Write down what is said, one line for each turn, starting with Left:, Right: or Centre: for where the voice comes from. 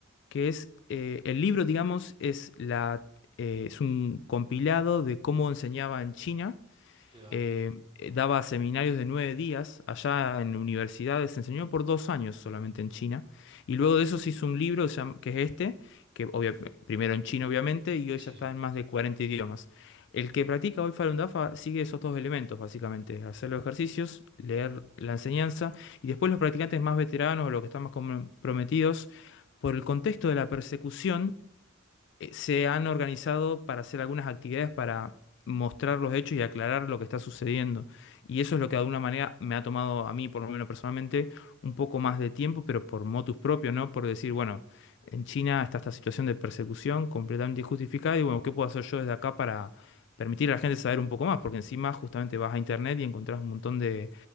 Left: que es eh, el libro, digamos, es la eh, es un compilado de cómo enseñaba en China
Right: Claro,
Left: eh, eh, daba seminarios de nueve días allá en universidades, enseñó por dos años solamente en China. Y luego de eso se hizo un libro que se llama- que es este, que obvia- primero en China obviamente, y hoy
Right: sí,
Left: ya está
Right: sí.
Left: en más de 40 idiomas. El que practica hoy Falun Dafa sigue esos dos elementos, básicamente, hacer los ejercicios, leer la enseñanza, y después los practicantes más veteranos o los que están más comprometidos, por el contexto de la persecución, eh, se han organizado para hacer algunas actividades para mostrar los hechos y aclarar lo que está sucediendo. Y eso es lo que de alguna manera me ha tomado a mí, por lo menos personalmente, un poco más de tiempo, pero por motus propio, ¿no? Por decir, bueno, en China está esta situación de persecución completamente injustificada y bueno, ¿qué puedo hacer yo desde acá para permitir a la gente saber un poco más? Porque encima justamente vas a internet y encontrás un montón de